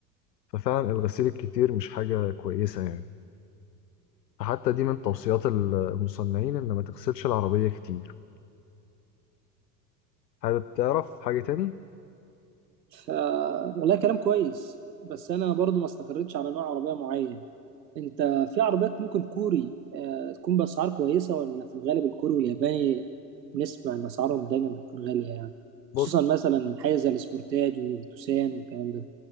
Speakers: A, on the left; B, on the right.
A: ففعلا الغسيل الكتير مش حاجة كويسة يعني فحتى دي من توصيات المصنعين إن ما تغسلش العربية كتير حابب تعرف حاجة تاني؟
B: ف والله كلام كويس بس انا برضو ما استقريتش على نوع عربيه معين انت في عربيات ممكن كوري آه، تكون باسعار كويسه ولا في الغالب الكوري والياباني نسمع ان اسعارهم دايما بتكون غاليه يعني
A: بص
B: خصوصا مثلا حاجه زي السبورتاج والتوسان والكلام ده